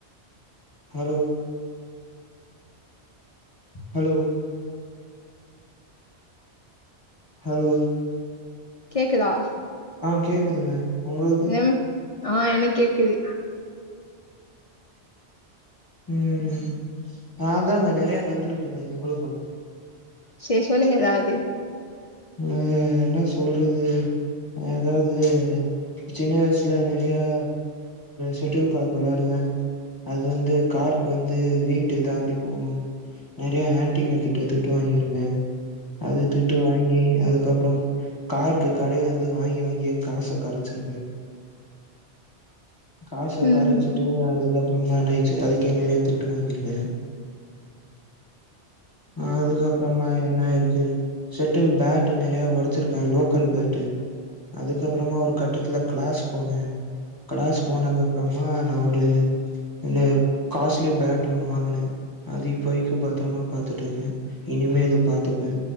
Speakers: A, on the left (about 20°); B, on the left (about 50°).
A: ஹலோ ஹலோ ஹலோ
B: கேக்குதா
A: ஆ கேக்குதுங்க உங்களுக்கு?
B: ம் ஆ எனக் கேக்குது
A: ம் அதான்ங்க நறைய நடந்திருக்குது எங்களுக்கும்
B: சேரி சொல்லுங்க ஏதாவது
A: ம் என்ன சொல்றது அதாவது சின்ன வயசுல நிறையா செட்டுல்காக் விளாடுவேன் அது வந்து கார்க் வந்து வீட்டு தாண்டி போகும் நறைய ஆண்டிங்க கிட்ட திட்டு வாங்கிருக்கேன் அது திட்டு வாங் ஏ அதுக்கப்புறம் கார்க்கு கடையில இருந்து வாங்கி வாங்கி காசை கரச்சிருக்கேன் காச
B: ம் ம்
A: கரச்சிட்டு அதுக்கப்புறமா இன்னாய்ச்சு அதுக்கே நறைய திட்டு வாங்கிருக்க அதுக்கப்புறமா என்ன ஆயிருக்கு ட்டில் பேட்டு நெறைய ஒடச்சிருக்க லோக்கல் பேட்டு அதுக்கப்புறமா ஒரு கட்டத்துல கிளாஸ் போனே கிளாஸ் போனது அப்புறமா நா ஒரு என்ன காஸ்லி பேட்டு ஒன்னு வாங்குன அது இப்ப வைக்கும் பத்ரமா பாத்துட்ருந்த இனிமேலும் பாத்துப்பே